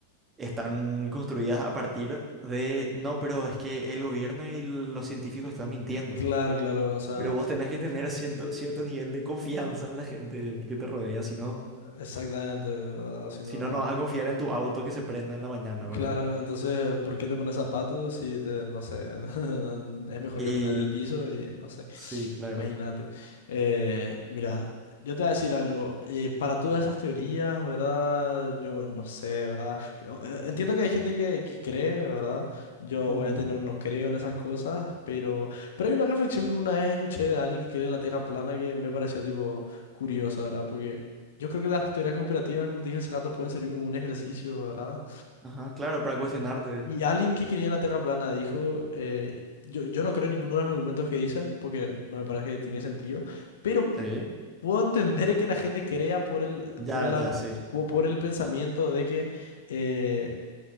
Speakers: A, on the right; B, on the left.
A: están construidas a partir de, no, pero es que el gobierno y los científicos están mintiendo.
B: claro, claro, o sea,
A: Pero vos tenés que tener cierto, cierto nivel de confianza en la gente que te rodea, si no,
B: exactamente, ¿verdad? O si no,
A: si no,
B: no.
A: no vas a confiar en tu auto que se prenda en la mañana, ¿verdad?
B: Claro, entonces, ¿por qué te pones zapatos si te, no sé, <laughs> es mejor
A: Y
B: caminar en el piso y no sé,
A: sí,
B: <sighs>
A: claro.
B: imagínate. Eh, mira, yo te voy a decir algo, eh, para todas esas teorías, ¿verdad? Yo no sé, ¿verdad? Que, o- eh, Entiendo que hay gente que, que cree, ¿verdad? Yo
A: Ujú.
B: obviamente no, no creo en esas cosas, pero, pero hay una reflexión que una vez escuché de alguien que cree en la Tierra plana que me pareció tipo curiosa, ¿verdad? Porque yo creo que las teorías conspirativas, como te dije hace rato, pueden servir como un ejercicio, ¿verdad?
A: Ajá, claro, para cuestionarte.
B: Y alguien que creía en la Tierra plana dijo, eh, yo, yo no creo en ninguno de los argumentos que dicen porque no me parece que tiene sentido, pero
A: Sí,
B: puedo entender que la gente crea por el,
A: ya,
B: por el, ar-
A: ya, sí.
B: po- por, el pensamiento de que eh,